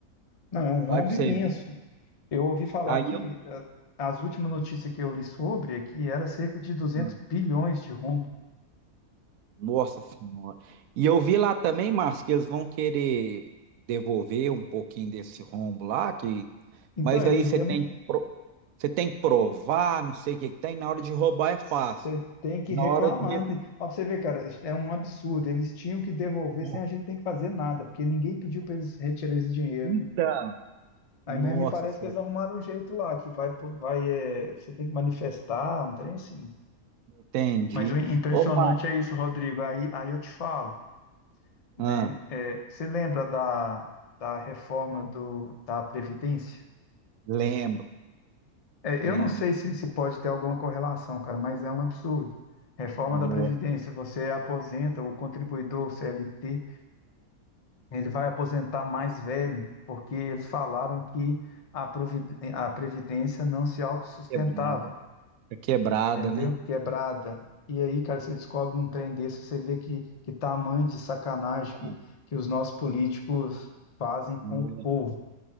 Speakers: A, on the left (about 45°); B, on the right (about 70°).
A: Não, é um rombo
B: Olha pra
A: imenso.
B: você ver.
A: Eu ouvi falar
B: Aí
A: que
B: eu,
A: eh, as últimas notícias que eu li sobre é que era cerca de duzentos
B: ah,
A: bilhões de rombo.
B: nossa senhora. E eu vi lá também, Márcio, que eles vão querer devolver um pouquinho desse rombo lá, que,
A: Então,
B: mas aí
A: eles
B: você
A: demo...
B: tem que Você tem que provar, não sei o que que tem. Na hora de roubar é fácil.
A: você tem que
B: Na
A: reclamar,
B: hora de
A: né? Ó, pra você ver, cara, é um absurdo. Eles tinham que devolver
B: restituir.
A: sem a gente ter que fazer nada, porque ninguém pediu para eles retirarem esse dinheiro,
B: Então,
A: né? Aí
B: nossa
A: mesmo me parece
B: senhora,
A: que eles arrumaram um jeito lá, que vai, pro- vai, é, você tem que manifestar, um trem assim.
B: entendi.
A: Mas o impressionante
B: Ô, Ma-
A: é isso, Rodrigo. Aí, aí eu te falo, né?
B: ah,
A: É, você lembra da, da reforma do, da Previdência?
B: lembro,
A: É,
B: lembro.
A: eu não sei se, se pode ter alguma correlação, cara, mas é um absurdo. Reforma
B: Nossa,
A: da Previdência, você aposenta o contribuidor, o CLT, ele vai aposentar mais velho, porque eles falaram que a, provid- a Previdência não se autossustentava.
B: quebrada. É quebrada,
A: entendeu?
B: né?
A: Quebrada. E aí, cara, você descobre um trem desse, você vê que, que tamanho de sacanagem
B: Ah,
A: que, que os nossos políticos fazem com
B: nossa.
A: o povo.